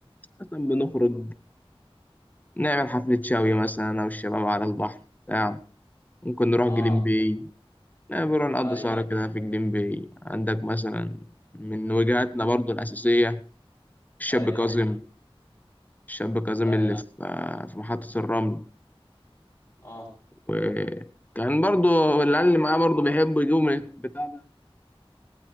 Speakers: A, on the left (about 15°); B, on the left (about 35°).
A: مثلا بنخرج نعمل حفله شاوي مثلا انا والشباب على البحر بتاع ممكن نروح
B: اه
A: جليم باي لا بنروح نقضي
B: آه، اي
A: سهرة كده في جليم باي عندك مثلا من وجهاتنا برضو الأساسية الشاب
B: اي
A: كاظم الشاب كاظم
B: اي
A: اللي في في محطة الرمل
B: اه
A: وكان برضو العيال اللي معاه برضو بيحبوا يجيبوا من البتاع ده